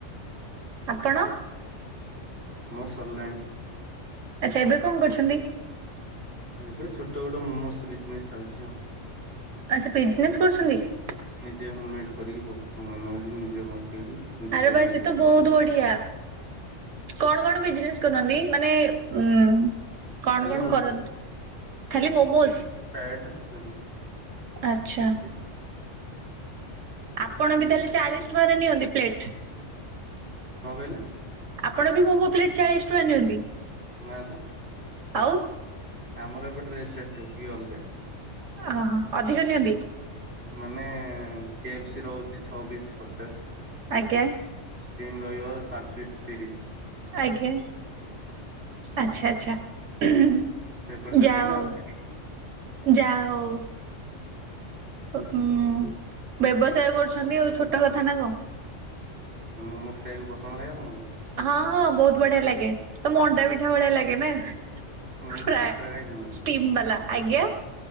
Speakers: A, on the right; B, on the right.
A: ଆପଣ?
B: ମୋ ସରିଲାଣି।
A: ଆଚ୍ଛା। ଏବେ କଣ କରୁଛନ୍ତି?
B: ଏବେ ଛୋଟ ଗୋଟେ ମୋମୋସ୍ ବିଜନେସ ଚାଲିଛି ଆଉ।
A: ଆଚ୍ଛା। ବିଜିନେସ୍ କରୁଛନ୍ତି କି?
B: ନିଜେ ହୋମମେଡ୍ କରିକି ମୋମୋ ବନଉଚି ନିଜେ <unintelligible> ନିଜେ
A: ଆରେ
B: ସବୁ
A: ବା
B: ନିଜେ
A: ସେ ତ ବହୁତ ବଢିଆ। କଣ କଣ ବିଜନେସ୍ କରନ୍ତି? ମାନେ ଉମ୍ କଣ
B: ଖାଲି
A: କଣ କରନ୍ତି? ଖାଲି ମୋମୋସ୍?
B: ପ୍ରାୟ ଏଟା ସେମତି
A: ଆଚ୍ଛା। ଆପଣ ବି ତାହେଲେ ଚାଳିଶ ଟଙ୍କାରେ ନିଅନ୍ତି ପ୍ଲେଟ୍?
B: କଣ କହିଲେ?
A: ଆପଣ ବି ମୋମୋ ପ୍ଲେଟ ଚାଳିଶ ଟଙ୍କା ନିଅନ୍ତି?
B: ନା ତ।
A: ଆଉ?
B: ଆମର ଏବେ <unintelligible> ଟିକେ ଅଲଗା।
A: ହଁ ହଁ ହଁ। ଅଧିକ ନିଅନ୍ତି?
B: ମାନେ କେ ଏଫ୍ ସି ରହୁଛି, ଛଅ ପିସ୍ ପଚାଶ
A: ଆଜ୍ଞା।
B: ଷ୍ଟିମ୍ ରହିବ ପାଞ୍ଚ ପିସ୍ ତିରିଶ।
A: ଆଜ୍ଞା। ଆଚ୍ଛା ଆଚ୍ଛା। ହୁଁ
B: ସେପଟେ ସେତିକି
A: ଯାହଉ
B: ନା ଅଲଗା
A: ଯାହଉ। ଓ ଉଁ ବ୍ୟବସାୟ କରୁଛନ୍ତି ଆଉ, ଛୋଟ କଥା ନା କଣ?
B: ଆଉ ମୋମୋସ୍ ଖାଇବାକୁ ପସନ୍ଦ ଲାଗେ ଆପଣଙ୍କୁ?
A: ହଁ ହଁ ବହୁତ ବଢିଆ ଲାଗେ ତ ମଣ୍ଡା ପିଠା ଭଳିଆ ଲାଗେ ନା।
B: ହୁଁ
A: ଫ୍ରାୟ
B: କେତେଥର ଖାଇଛନ୍ତି
A: ଷ୍ଟିମ୍ ବାଲା ।ଆଜ୍ଞା?